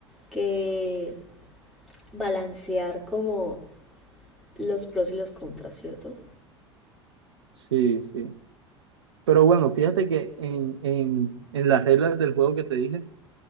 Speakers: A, in the centre; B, on the right (about 70°).
A: que balancear como los pros y los contras, ¿cierto?
B: Sí, sí. Pero bueno, fíjate que en, en en las reglas del juego que te dije,